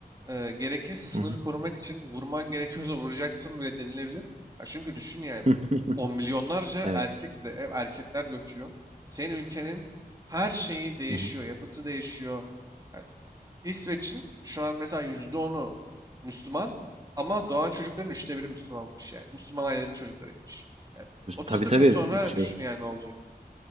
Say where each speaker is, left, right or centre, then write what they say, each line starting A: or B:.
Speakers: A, on the right; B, on the right.
A: Ee, gerekirse sınırı
B: Hı hı.
A: korumak için vurman gerekiyorsa vuracaksın bile denilebilir. Ya çünkü düşün yani.
B: <laughs>
A: On milyonlarca
B: Evet.
A: erkek bile hep erkekler göçüyor. Senin ülkenin her şeyi değişiyor,
B: Hı hı.
A: yapısı değişiyor. Yani İsveç'in şu an mesela yüzde onu Müslüman ama doğan çocukların üçte biri Müslümanmış yani. Müslüman ailelerin çocuklarıymış. Yani 30-40
B: Tabii tabii
A: yıl sonra
B: şey.
A: düşün yani ne olacak.